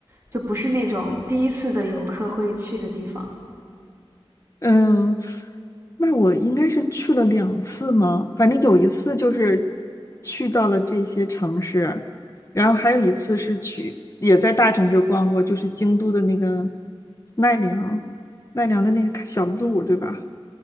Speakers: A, on the right (about 25°); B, on the left (about 30°).
A: 就不是那种第一次的游客会去的地方。
B: 嗯，那我应该是去了两次吗？反正有一次就是去到了这些城市，然后还有一次是去也在大城市逛过，就是京都的那个奈良，奈良的那个小路，对吧？